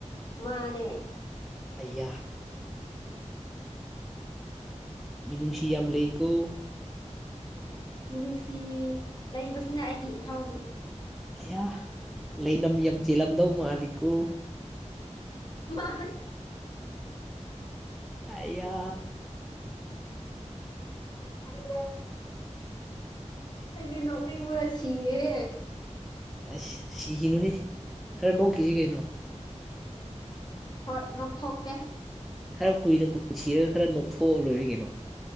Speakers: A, on the left; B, in the centre.
A: ꯃꯥꯅꯦ
B: ꯑꯌꯥ ꯃꯤꯅꯨꯁꯤ ꯌꯥꯝ ꯂꯩꯀꯣ
A: ꯃꯤꯅꯨꯡꯁꯤ ꯂꯩꯕꯁꯤꯅ ꯑꯩꯒꯤ ꯏꯊꯧꯅꯤ
B: ꯑꯌꯥ ꯂꯩꯅꯝ ꯌ ꯆꯦꯜꯂꯝꯗꯧ ꯃꯥꯜꯂꯤꯀꯣ
A: ꯃꯥ
B: ꯑꯌꯥ
A: ꯍꯂ ꯑꯩꯗ ꯅꯣꯛꯅꯩ ꯎꯔ ꯁꯤꯔꯦ
B: ꯑꯁ ꯁꯤꯈꯤꯅꯨꯍꯦ ꯈꯔ ꯅꯣꯛꯈꯤꯁꯤ ꯀꯩꯅꯣ
A: ꯍꯣꯏ ꯅꯣꯛ ꯊꯣꯛꯣꯛꯀꯦ
B: ꯈꯔ ꯀꯨꯏꯅ ꯄꯨꯟꯁꯤꯔꯒ ꯈꯔ ꯅꯣꯛꯊꯣꯛꯑ ꯂꯣꯏꯔꯦ ꯀꯩꯅꯣ